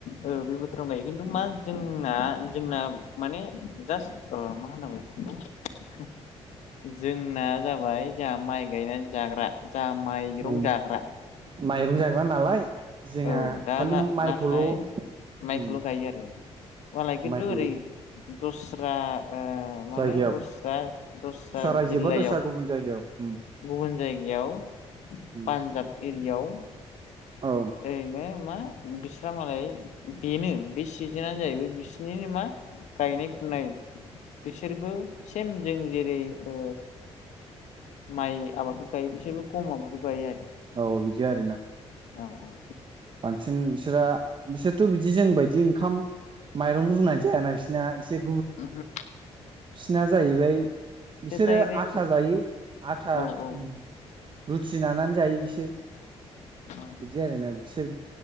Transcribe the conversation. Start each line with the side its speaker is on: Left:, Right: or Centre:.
Left: ओ बे बोथोराव गायगोन खिनथु मा जोंना जोंना माने जास अ <unintelligible> जोंना जाबाय जोंहा माइ गायनानै जाग्रा, जा माइरं
Right: उम
Left: जाग्रा,
Right: माइरं जाग्रा नालाय जोंहा
Left: औ दा
Right: खालि
Left: ना-नाथाय
Right: माइखौल' उम,
Left: माइखौल' गायो आरो मालाय खिन्थु
Right: माइखौल'
Left: ओरै दस्रा, ओ माने
Right: जायगायाव
Left: दस्रा दस्रा
Right: रायजो
Left: जिल्लायाव,
Right: बा दस्रा गुबुन जायगायाव उम
Left: गुबुन जायगायाव
Right: उम
Left: पान्जाब एरियाव,
Right: औ
Left: ओरैनो मा? बिस्रा मालाय बेनो बे सिजोनानो जाहैबाय बिसिनि मा? गायनाय फुनाय, बिसोरबो सेम जों जेरै ओ, माइ आबादखौ गायो बिसोरबो गम आबादखौ गायो आरो
Right: औ बिदि आरोना?
Left: औ औ
Right: बांसिन बिसोरा बिसोरथ' बिदि जों बायदि ओंखाम, माइरं रुनानै जायाना बिसोरना एसे,
Left: ओमहो
Right: बिसोरना जाहैबाय बिसोरो
Left: डाइरेक्ट
Right: आथा जायो आथा
Left: औ औ
Right: उम रुथि लानानै जायो बिसोर
Left: औ
Right: बिदि आरोना? बिसोर